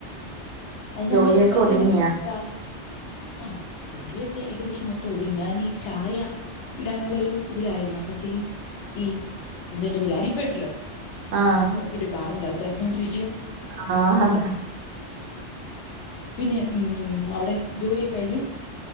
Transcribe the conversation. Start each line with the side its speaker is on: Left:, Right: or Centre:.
Left: അത് നമ്മള്
Right: ജോലിയൊക്കെ
Left: പൈസയും
Right: ഒതുങ്ങിയാ
Left: കൊണ്ട് സാ ആ ജോലിയൊക്കെ ഏകദേശം മൊത്തം ഒതുങ്ങി, ഞാൻ. ചായ ഇടാനുള്ള ഒരു ഇതിലായിരുന്നു. അപ്പോഴത്തേക്കും ഈ എന്താ അതിന്റെ പേര്? അരിപ്പ ഉണ്ടല്ലോ
Right: ആ
Left: അത് നോക്കിട്ട് കാണുന്നില്ല തെരഞ്ഞോണ്ടിരി
Right: ആ, അതാ
Left: പിന്നെ, ഉം, അവിടെ ജോലിയൊക്കെ കഴിഞ്ഞു